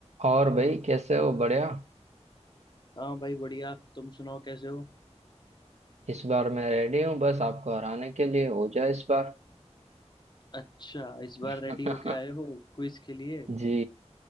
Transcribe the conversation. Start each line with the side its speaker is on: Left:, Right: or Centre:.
Right: और भाई कैसे हो बढ़िया
Left: हाँ भाई बढ़िया तुम सुनाओ कैसे हो
Right: इस बार मैं रेडी हूँ बस आपको हराने के लिए हो जाए इस बार
Left: अच्छा इस बार
Right: <laughs>
Left: रेडी होके आए हो क्विज के लिए
Right: जी